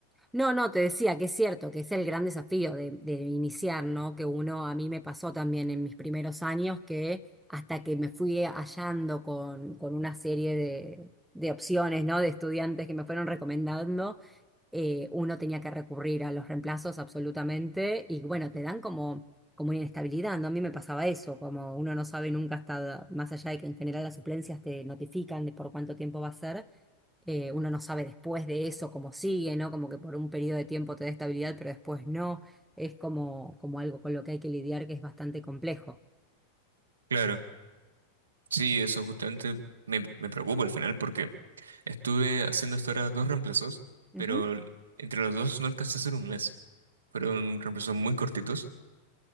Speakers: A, in the centre; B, on the right.
A: No, no, te decía que es cierto, que es el gran desafío de, de iniciar, ¿no? Que uno, a mí me pasó también en mis primeros años que hasta que me fui hallando con, con una serie de, de opciones, ¿no? De estudiantes que me fueron recomendando, eh, uno tenía que recurrir a los reemplazos absolutamente y bueno, te dan como, como una inestabilidad, ¿no? A mí me pasaba eso, como uno no sabe nunca hasta, más allá de que en general las suplencias te notifican de por cuánto tiempo va a ser eh, uno no sabe después de eso cómo sigue, ¿no? Como que por un periodo de tiempo te da estabilidad, pero después no. Es como, como algo con lo que hay que lidiar que es bastante complejo.
B: Claro, sí, eso justamente me, me preocupa al final, porque estuve haciendo hasta ahora dos reemplazos,
A: Ujú.
B: pero entre los dos no alcancé a hacer un mes. Fueron reemplazos muy cortitos.